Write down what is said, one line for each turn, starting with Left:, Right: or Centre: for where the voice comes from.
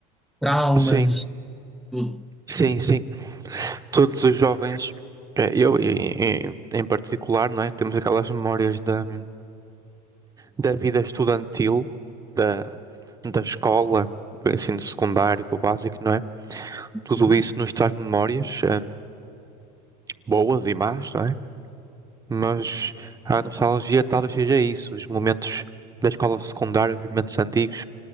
Centre: traumas,
Right: sim,
Centre: tudo.
Right: sim, sim. Todos os jovens, eh, eu em, em em particular, não é? Temos aquelas memórias da, da vida estudantil, da, da escola, do ensino secundário, do básico, não é? Tudo
Centre: Hum,
Right: isso nos traz memórias. hum, boas e más, não é? Mas a nostalgia
Centre: claro.
Right: talvez seja isso, os momentos da escola secundária, os momentos antigos,